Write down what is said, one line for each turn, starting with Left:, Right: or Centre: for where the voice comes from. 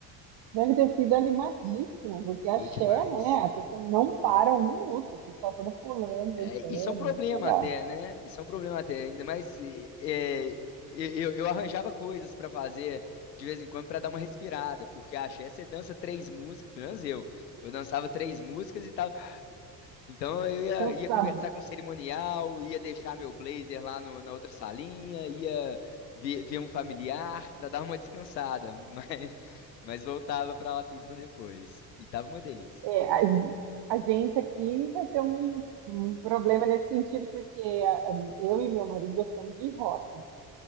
Right: Deve ter sido animadíssimo, porque axé,
Left: Foi demais.
Right: né? A pessoa não para um minuto, o pessoal toda pulando, dançando,
Left: É, isso é um problema
Right: muito legal.
Left: até, né? Isso é um problema até, ainda mais eh, eh, eu, eu arranjava coisas pra fazer de vez em quando pra dar uma respirada, porque a Axé você dança três músicas, pelo menos eu, eu dançava três músicas e tal, então eu ia,
Right: Então,
Left: ia
Right: sabe,
Left: conversar com o cerimonial, ia deixar meu blazer lá no- na outra salinha, ia ver, ver um familiar pra dar uma descansada, <laughs> mas, mas voltava pra lá pista depois, e tava uma delícia.
Right: é, a, gen- a gente aqui vai ter um, um problema nesse sentido, porque a- a- eu e meu marido gostamos de rock.